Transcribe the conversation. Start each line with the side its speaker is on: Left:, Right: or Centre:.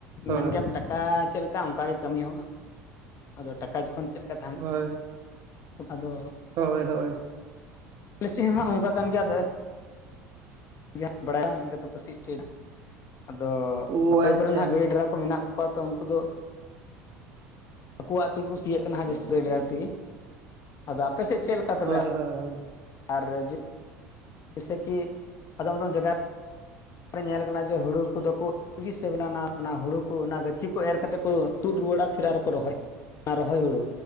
Right: ᱦᱳᱭ
Left: ᱢᱮᱱ ᱠᱮᱭᱟᱢᱼᱼ ᱴᱟᱠᱟ ᱪᱮᱫ ᱞᱮᱠᱟ ᱚᱱᱠᱟ ᱜᱮ ᱠᱟᱹᱢᱤ ᱦᱚᱸ ᱟᱫᱚ ᱴᱟᱠᱟ ᱡᱚᱠᱷᱚᱱ ᱪᱮᱫ ᱞᱮᱠᱟᱼᱼ
Right: ᱦᱚᱭ
Left: ᱟᱫᱚᱼᱼ
Right: ᱦᱚᱭ ᱦᱚᱭ ᱾
Left: ᱯᱮᱥᱤ <unintelligible> ᱦᱚᱸ ᱦᱟᱸᱜ ᱚᱱᱠᱟ ᱠᱟᱱ ᱜᱮᱭᱟ ᱟᱫᱚ ᱮᱱᱼᱼ <unintelligible> <unintelligible> ᱵᱟᱲᱟᱭᱟ <unintelligible> ᱦᱚᱪᱚᱭᱟ᱾ ᱟᱫᱚ
Right: ᱳ
Left: ᱚᱠᱚᱭ
Right: ᱟᱪᱪᱷᱟ
Left: ᱠᱚᱨᱮᱱ ᱱᱟᱦᱟᱜ ᱜᱟᱹᱭ ᱰᱨᱟ ᱠᱚ ᱢᱮᱱᱟᱜ ᱠᱚᱣᱟ ᱛᱚ ᱩᱱᱠᱩ ᱫᱚ ᱟᱠᱚᱣᱟᱜ ᱛᱤᱜᱮ ᱠᱚ ᱥᱤᱭᱮᱜ ᱠᱟᱱᱟ, ᱦᱟᱸᱜ ᱡᱟᱹᱥᱛᱤ <unintelligible> ᱵᱟᱲᱟ ᱛᱮᱜᱮ, ᱟᱫᱚ ᱟᱯᱮ ᱥᱮᱫ ᱪᱮᱫ ᱞᱮᱠᱟ ᱛᱚᱵᱮ?
Right: <inaudible>
Left: ᱟᱨ ᱡᱤᱼᱼ ᱡᱮᱥᱮ ᱠᱤ ᱟᱫᱚᱢ ᱟᱫᱚᱢ ᱡᱟᱜᱟ ᱧᱮᱞ ᱠᱟᱱᱟ ᱡᱮ ᱦᱩᱲᱩ ᱠᱩᱫᱚ ᱠᱚ ᱦᱩᱜᱤ ᱥᱮ ᱵᱚᱞᱮ ᱚᱱᱟ ᱚᱱᱟ ᱦᱩᱲᱩ ᱠᱚ ᱚᱱᱟ ᱜᱟᱹᱪᱷᱤ ᱠᱚ ᱮᱨ ᱠᱟᱛᱮᱫ ᱠᱚ ᱛᱩᱫ ᱨᱩᱣᱟᱹᱲᱟ ᱯᱷᱤᱨ ᱟᱨᱠᱚ ᱨᱚᱦᱚᱭ ᱚᱱᱟ ᱨᱚᱦᱚᱭ ᱦᱩᱲᱩ᱾